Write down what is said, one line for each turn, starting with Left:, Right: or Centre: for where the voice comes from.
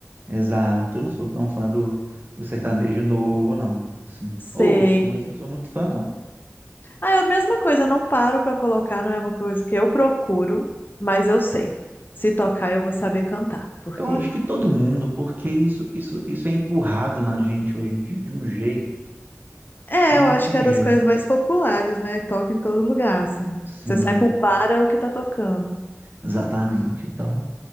Right: Exato. Eu não sou tão fã do, do sertanejo novo, não. Sim,
Left: Sei.
Right: ouço, mas não sou muito fã, não.
Left: Ah, é a mesma coisa, eu não paro pra colocar, não é uma coisa que eu procuro, mas eu sei. Se tocar, eu vou saber cantar, porque
Right: Eu acho que todo mundo, porque isso, isso, isso é empurrado na gente hoje em dia de um jeito
Left: é,
Right: que não
Left: eu acho
Right: tem
Left: que é das
Right: jeito.
Left: coisas mais populares, né? Toca em todo lugar, assim.
Right: Sim,
Left: Você sai pra um bar, é o que tá tocando.
Right: Exatamente. Então,